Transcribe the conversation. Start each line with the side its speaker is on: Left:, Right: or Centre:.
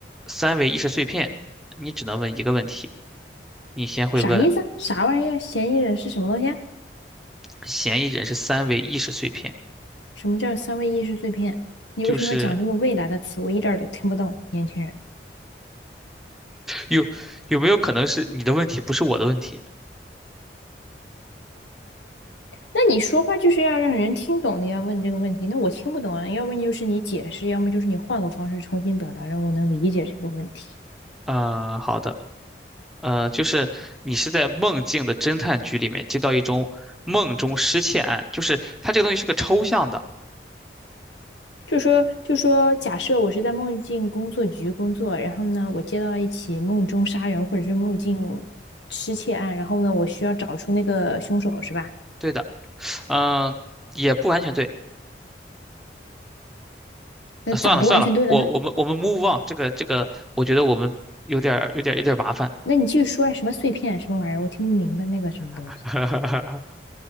Centre: 三维意识碎片，你只能问一个问题，你先会问
Left: 啥意思？啥玩意儿？嫌疑人是什么东西啊
Centre: 嫌疑人是三维意识碎片，
Left: 什么叫三维意识碎片？你为什么要讲这么未来的词？
Centre: 就是
Left: 我一点儿都听不懂，年轻人。
Centre: 有有没有可能是你的问题不是我的问题？
Left: 那你说话就是要让人听懂的呀，要问这个问题，那我听不懂啊。要不然就是你解释，要么就是你换个方式重新表达，让我能理解这个问题。
Centre: 呃，好的，呃，就是你是在梦境的侦探局里面接到一宗梦中失窃案，就是它这个东西是个抽象的，
Left: 就说就说，假设我是在梦境工作局工作，然后呢，我接到一起梦中杀人或者是梦境失窃案，然后呢，我需要找出那个凶手，是吧？
Centre: 对的，嗯、也不完全对。
Left: 那咋不完全对了呢？
Centre: 啊算了算了，我我们我们 move on，这个这个，我觉得我们有点儿有点儿有点儿麻烦。
Left: 那你继续说呀，什么碎片什么玩意儿，我听不明白那个什么东西。
Centre: <laughs>